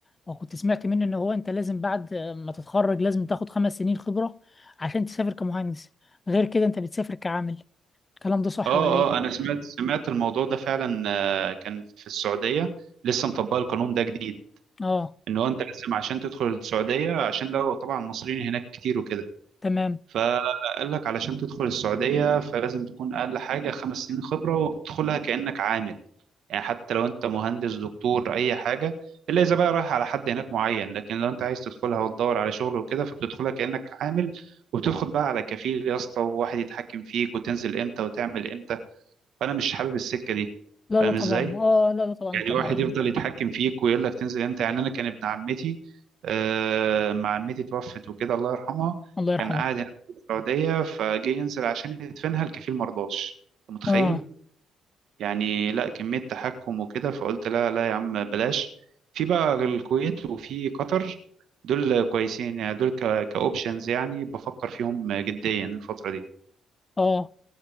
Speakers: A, on the left (about 25°); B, on the right (about 70°).
A: وكنت سمعت منه ان هو انت لازم بعد ما تتخرج لازم تاخد خمس سنين خبرة عشان تسافر كمهندس غير كده انت بتسافر كعامل الكلام ده صح
B: اه
A: ولا ايه
B: اه انا سمعت سمعت الموضوع ده فعلا آه، كان في السعوديه لسه مطبق القانون ده جديد
A: اه
B: ان هو انت لازم عشان تدخل السعوديه عشان لو طبعا المصريين هناك كتير وكده
A: تمام
B: فقال لك علشان تدخل السعودية فلازم تكون أقل حاجة خمس سنين خبرة وبتدخلها كأنك عامل يعني حتى لو أنت مهندس دكتور أي حاجة إلا إذا بقى رايح على حد هناك معين لكن لو أنت عايز تدخلها وتدور على شغل وكده فبتدخلها كأنك عامل وبتدخل بقى على كفيل يا اسطى وواحد يتحكم فيك وتنزل إمتى وتعمل إمتى فأنا مش حابب السكة دي
A: لا
B: فاهم
A: لا طبعا
B: إزاي؟
A: اه لا لا طبعا
B: يعني
A: طبعا
B: واحد يفضل يتحكم فيك ويقول لك تنزل امتى يعني انا كان ابن عمتي آه، ما عمتي توفت وكده الله يرحمها
A: الله يرحمه
B: كان قاعد هنا في السعوديه فجه ينزل عشان يدفنها الكفيل مرضاش أنت متخيل
A: اه
B: يعني لا كميه تحكم وكده فقلت لا لا يا عم بلاش في بقى الكويت وفي قطر دول كويسين يعني دول كاوبشنز يعني بفكر فيهم جديا الفتره
A: اه